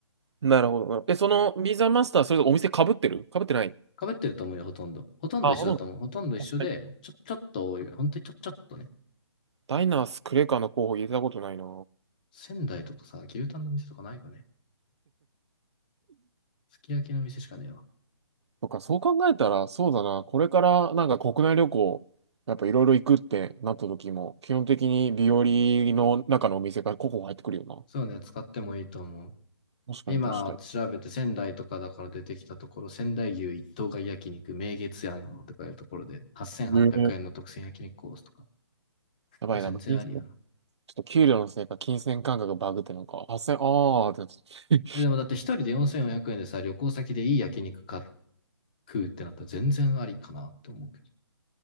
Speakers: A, on the right; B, on the left.
A: なるほど。え、そのビザマスター、それお店かぶってるかぶってない
B: 被ってると思うよ、ほとんど。ほとんど一緒だと思う。
A: あ、ほとんど。
B: ほとんど一緒で、
A: 確かに
B: ちょ、ちょっと多いぐらい。本当にちょ、ちょっとね。
A: ダイナースクレカの候補入れたことないな。
B: 仙台とかさ、牛タンの店とかないかね。すき焼きの店しかねえわ。
A: とか、そう考えたら、そうだな。これからなんか国内旅行、やっぱいろいろ行くってなった時も、基本的に日和の中のお店が候補入ってくるよな。
B: そうね、使ってもいいと思う。
A: 確かに確かに。
B: 今調べて仙台とかだから出てきたところ、仙台牛一頭買い焼肉、名月庵とかいうところで、8800円の特選焼肉コースとか。
A: ええやばいな。
B: これ全然ありやな。
A: 金銭ちょっと給料のせいか、金銭感覚がバグってなんか、8000、ああ、って <laughs>
B: え、でもだって一人で4400円でさ、旅行先でいい焼肉買っ食うってなったら全然ありかなって思うけ